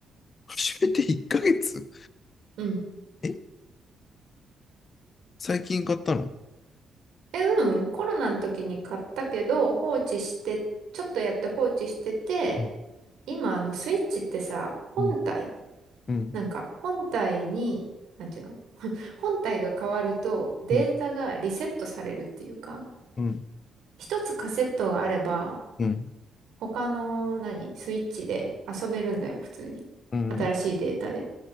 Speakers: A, on the left; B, on the right.
A: 初めて1ヶ月
B: うん。
A: え、最近買ったの
B: え、うん。コロナの時に買ったけど、放置して、ちょっとやって放置してて、
A: うん、
B: 今あのスイッチってさ、本体、
A: うん、うん、
B: なんか本体に、なんていうの本体が変わるとデータがリセットされるっていうか、
A: うん、う
B: 一つカセットがあれば、
A: ん、
B: 他の何スイッチで遊べるんだよ、普通に。
A: うん、
B: 新しいデータで。